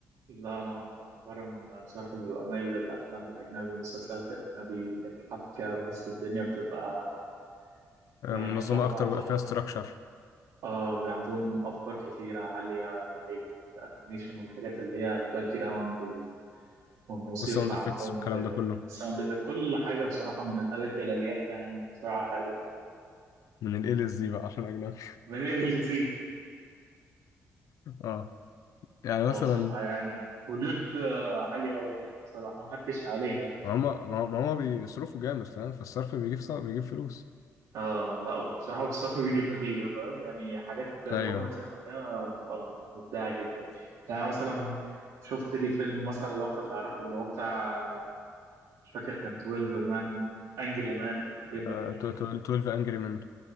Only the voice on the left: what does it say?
آه،
منظمه
اكتر
بقى فيها استراكشر
والساوند افكتس
والكلام
ده كله
من الاي للزي بقى عشان اجنبي
<laughs> اه يعني مثلا
ما هما ما ما هما بيصرفوا جامد فاهم فالصرف بيجيب صع- بيجيب فلوس
ايوه
آه،
12 انجري مان